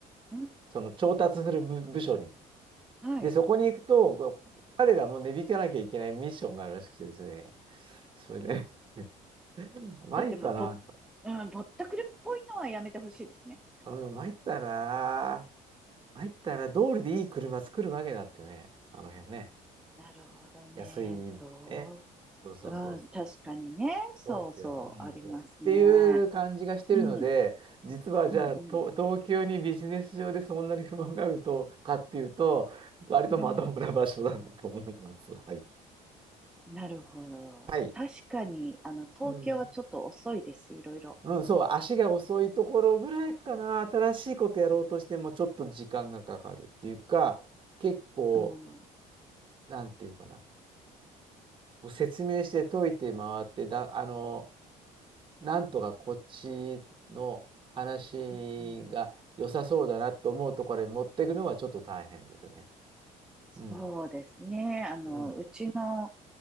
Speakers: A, in the centre; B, on the right.
A: うん。うん
B: その調達する部、部署に。
A: はい。
B: で、そこに行くと、こう彼らも値引かなきゃいけないミッションがあるらしくてですね。それで、<laughs> 参ったな。
A: とても、ぼっ、うん、ぼったくりっぽいのはやめてほしいですね。
B: うん、参ったな。入ったら通りでいい車作るわけだってよね。あの辺ね。
A: なるほどね。
B: 安い
A: そ
B: ね。そうそうそう。
A: う。うん、
B: そうですよ。
A: 確かにね。そうそう、
B: そうですよ。うん、
A: ありますね。
B: そう。っていう感じがしてるので、
A: うん、
B: 実はじゃあ、
A: うん、うん、
B: と東京にビジネス上でそんなに不満があるとかっていうと、割とまともな場所だなと思います。
A: うん、うん。
B: はい。
A: なるほど。
B: はい。
A: 確かに、あの、東京はちょっと遅いです、
B: うん。
A: いろいろ。
B: うん、そう、足が遅いところぐらいかな。新しいことやろうとしても、ちょっと時間がかかるっていうか、結構、
A: うん。
B: なんていうかな。こう説明して解いて回って、だ、あの、なんとかこっちの話が良さそうだなと思うところに持っていくのはちょっと大変ですね。
A: うんうん。そうですね。
B: うん。
A: あの、
B: うん。
A: うちの